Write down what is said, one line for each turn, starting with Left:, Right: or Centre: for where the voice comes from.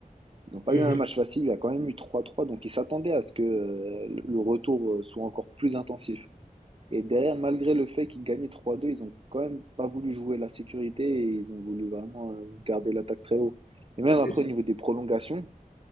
Right: Ils n'ont pas
Left: Mmh,
Right: eu un match facile, il y a quand même eu trois trois donc ils s'attendaient à ce que euh, le retour euh, soit encore plus intensif. Et derrière, malgré le fait qu'ils gagnaient trois deux ils ont quand même pas voulu jouer la sécurité et ils ont voulu vraiment euh, garder l'attaque très haut. Et même après,
Left: C'est ça.
Right: au niveau des prolongations,